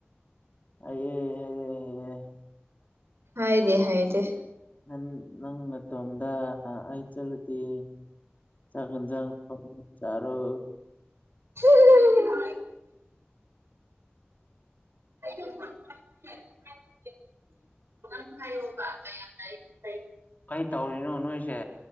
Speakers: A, on the left; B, on the right.
A: ꯍꯩꯌꯦ ꯍꯩꯌꯦ ꯍꯩꯌꯦ
B: ꯑꯩꯗꯤ ꯍꯥꯏꯇꯦ
A: ꯅꯪ ꯅꯪ ꯃꯇꯣꯝꯗ ꯍꯥ ꯑꯩ ꯆꯠꯂꯗꯤ ꯆꯥꯛ ꯏꯖꯥꯡ ꯐꯖꯅ ꯆꯥꯔꯣ
B: <unintelligible> <unintelligible> <unintelligible> ꯍꯥꯏꯌꯣꯕ ꯃꯌꯥꯝ ꯂꯩ ꯂꯩ
A: ꯀꯩ ꯇꯧꯔꯤꯅꯣ ꯅꯣꯏꯁꯦ